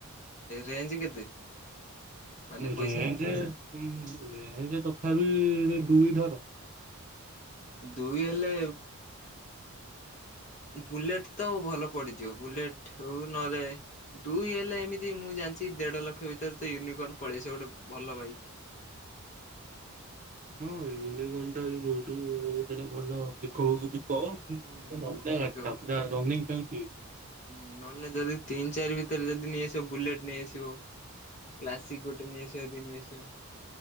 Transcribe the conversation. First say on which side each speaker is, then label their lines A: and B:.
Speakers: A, on the left; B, on the right.
A: ରେଞ୍ଜ କେତେ? ମାନେ ପଇସା
B: ରେଞ୍ଜ ରେଞ୍ଜ କ ସ ବି ଦୁଇ ଧର।
A: ଦୁଇ ହେଲେ
B: <inaudible>
A: ବୁଲେଟ ତ ଭଲ ପଡିଯିବ, ବୁଲେଟ ହଉ ନହେଲେ ଦୁଇ ହେଲେ ଏମିତି ମୁଁ ଜାଣିଛି ଦେଢ ଲକ୍ଷ ଭିତରେ ତ ୟୁନିକୋର୍ନ ପଳେଇ ସେ ଗୋଟେ ଭଲ ବାଇକ
B: ହ ହଁ ୟୁନିକନ ଟା କୋଉଠୁ ସେଟା ଭଲ ବୋ
A: ହୁଁ ଠିକ
B: କାଟା ରନିଂ କେମିତି?
A: ହୁଁ ନହେଲେ ଯଦି ତିନି ଚାରି ଭିତରେ ଯଦି ନେଇଆସିବ ବୁଲେଟ ନେଇଆସିବ। କ୍ଲାସିକ ଗୋଟେ ନେଇଆସିବ ଦି ନେଇଆସିବ।